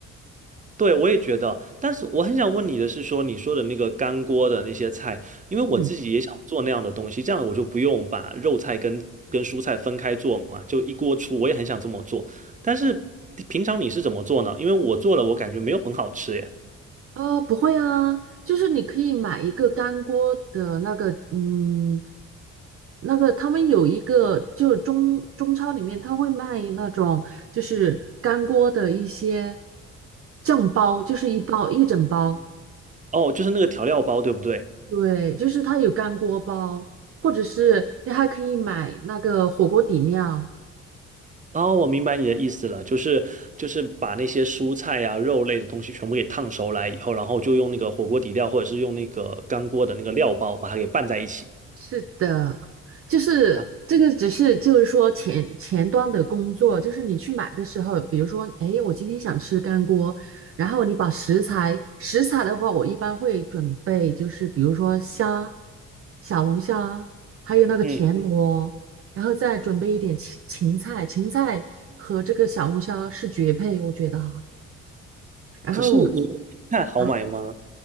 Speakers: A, on the right; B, on the right.
A: 对我也觉得，但是我很想问你的是说，你说的那个干锅的那些菜，因为我自己也想做那样的东西，
B: 嗯，
A: 这样我就不用把肉菜跟跟蔬菜分开做嘛，就一锅出，我也很想这么做，但是平常你是怎么做呢？因为我做了，我感觉没有很好吃耶。
B: 呃，不会啊，就是你可以买一个干锅的那个，嗯，那个他们有一个，就是中中超里面他会卖那种就是干锅的一些酱包，就是一包一整包，
A: 哦，就是那个调料包，对不对？
B: 对，就是它有干锅包，或者是你还可以买那个火锅底料。
A: 哦，我明白你的意思了，就是就是把那些蔬菜啊、肉类的东西全部给烫熟来以后，然后就用那个火锅底料或者是用那个干锅的那个料包把它给拌在一起
B: 是的，就是这个，
A: 啊。
B: 只是就是说前前端的工作，就是你去买的时候，比如说，哎，我今天想吃干锅，然后你把食材，食材的话，我一般会准备，就是比如说虾、小龙虾，还有那个田螺，
A: 嗯，
B: 然后再准备一点芹芹菜，芹菜和这个小龙虾是绝配，我觉得哈。
A: 可是你们菜好买吗？
B: 然后啊，